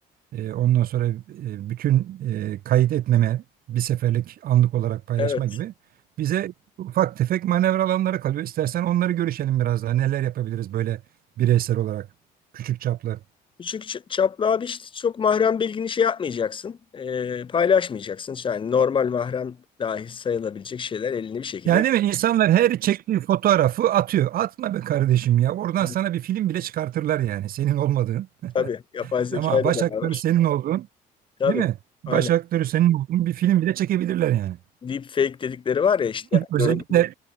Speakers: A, on the right; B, on the left.
A: e, ondan sonra e, bütün e, kayıt etmeme, bir seferlik anlık olarak paylaşma
B: Evet.
A: gibi bize ufak tefek manevra alanları kalıyor. İstersen onları görüşelim biraz daha. Neler yapabiliriz böyle bireysel olarak küçük çaplı.
B: Küçük ç- çaplı abi işte çok mahrem bilgini şey yapmayacaksın. e, paylaşmayacaksın. İşte Yani normal mahrem dahi sayılabilecek şeyler elini bir şekilde.
A: Yani değil mi? İnsanlar her çektiği fotoğrafı atıyor. Atma be kardeşim ya. Oradan
B: Evet.
A: sana bir film bile çıkartırlar yani. Senin olmadığın.
B: Tabii.
A: <laughs>
B: Yapay zeka
A: Ama
B: ile
A: baş
B: beraber.
A: aktörü senin olduğun,
B: Tabii.
A: değil mi? Baş
B: Aynen.
A: aktörü senin olduğun bir film bile çekebilirler yani.
B: Deepfake dedikleri var ya işte yani
A: Özellikle
B: görüntü